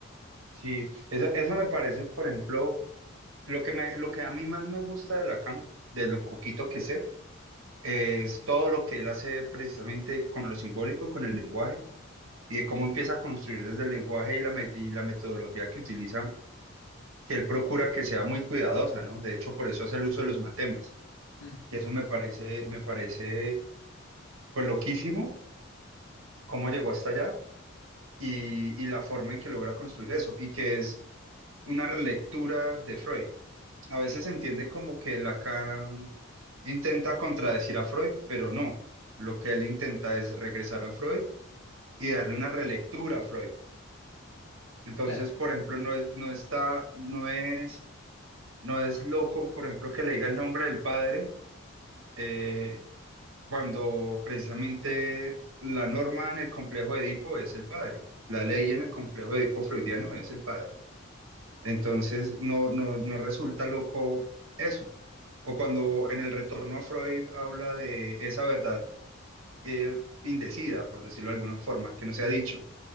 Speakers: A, on the right; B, on the left.
A: Sí, eso, eso me parece, por ejemplo, lo que me, lo que a mí más me gusta de Lacan, de lo poquito que sé es todo lo que él hace precisamente con lo simbólico, con el lenguaje, y de cómo empieza a construir desde el lenguaje y la, me- y la metodología que utilizan, que él procura que sea muy cuidadosa, ¿no? De hecho, por eso hace el uso de los matemas,
B: Mm,
A: y eso me parece, me parece, pues, loquísimo, cómo llegó hasta allá y, y la forma en que logra construir eso, y que es una relectura de Freud. A veces se entiende como que Lacan intenta contradecir a Freud, pero no. Lo que él intenta es regresar a Freud y darle una relectura a Freud. Entonces,
B: claro,
A: por ejemplo, no es, no está, no es, no es loco, por ejemplo, que le diga el nombre del padre eh, cuando precisamente la norma en el complejo de Edipo es el padre. La ley
B: claro.
A: en el complejo de Edipo freudiano es el padre. Entonces, no, no, no resulta loco eso. O cuando en el retorno a Freud habla de esa verdad eh, indecida, por decirlo de alguna forma, que no se ha dicho